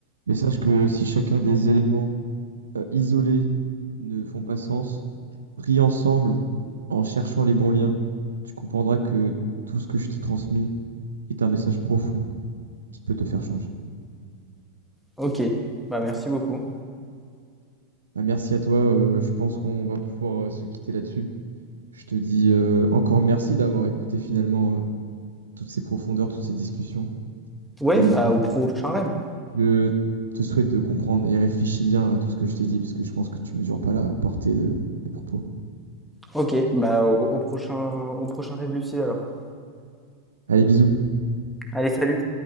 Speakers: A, on the right; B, in the centre.
A: mais sache que si chacun des éléments euh, isolés ne font pas sens, pris ensemble, En cherchant les bons liens, tu comprendras que tout ce que je t'ai transmis est un message profond qui peut te faire changer.
B: OK. Bah merci beaucoup.
A: Bah, merci à toi, euh, je pense qu'on va pouvoir euh, se quitter là-dessus. Je te dis euh, encore merci d'avoir écouté finalement euh, toutes ces profondeurs, toutes ces discussions.
B: Ouais,
A: Et
B: bah au prochain rêve.
A: je te souhaite de comprendre et réfléchis bien à tout ce que je t'ai dit, parce que je pense que tu mesures pas la portée de- des propos.
B: OK, bah au, au prochain au prochain rêve lucide alors.
A: Allez, bisous.
B: Allez, salut.